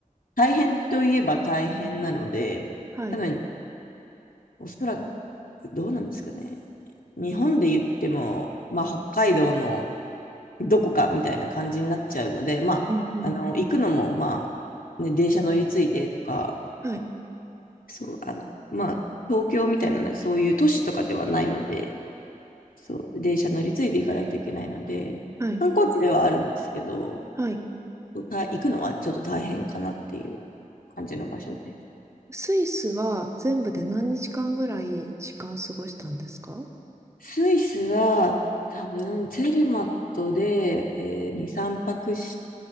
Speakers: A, on the left (about 80°); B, on the right (about 20°).
A: 大変といえば大変なので、
B: はい。
A: 多分、おそらくどうなんですかね。日本で言っても、まあ、北海道のどこかみたいな感じになっちゃうので、まあ、
B: うんうん。
A: あの、行くのも、まあ、ね、電車乗り継いでとか、
B: はい。
A: そう、あの、まあ、東京みたいな、そういう都市とかではないので、そう、電車乗り継いで行かないといけないので、
B: はい。
A: 観光地ではあるんですけど、
B: はい。
A: た行くのはちょっと大変かなっていう感じの場所です。う
B: スイスは全部で何日間ぐらい時間を過ごしたんですか
A: スイスは多分ツェルマットで、え2、3泊し